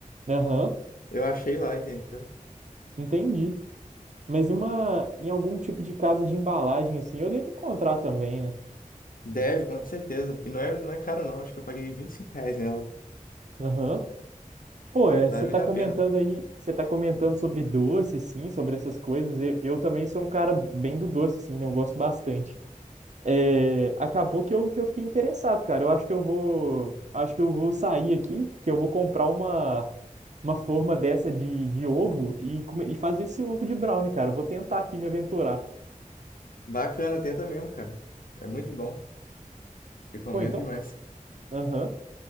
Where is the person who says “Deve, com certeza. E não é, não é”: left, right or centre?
Left